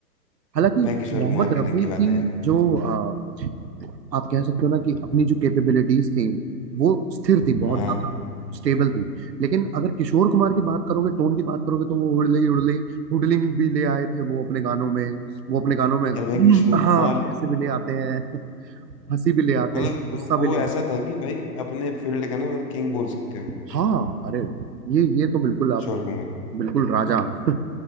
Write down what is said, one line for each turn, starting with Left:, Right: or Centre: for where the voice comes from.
Right: हालांकि
Left: भाई किशोर
Right: मोहम्मद
Left: कुमार की
Right: रफी
Left: अलग की
Right: की
Left: बात है यार
Right: जो आप कह सकते हो ना कि अपनी जो कैपेबिलिटीज थी वो स्थिर थी बहुत
Left: हाँ
Right: ज्यादा स्टेबल थी लेकिन अगर किशोर कुमार की बात करोगे टोन की बात करोगे तो वो हुडले हुडले हुडलिंग भी ले आए थे वो अपने गानों में वो अपने गानों में हम्म।
Left: यार भाई किशोर
Right: हाँ
Left: कुमार
Right: ऐसे भी ले आते हैं हंसी भी ले आते
Left: मतलब
Right: हैं गुस्सा
Left: वो
Right: भी ले
Left: ऐसा
Right: आते हैं
Left: था कि भाई अपने फील्ड का ना मतलब किंग बोल सकते हो
Right: हाँ अरे ये ये तो बिल्कुल आप
Left: किशोर कुमार
Right: बिल्कुल राजा <laughs>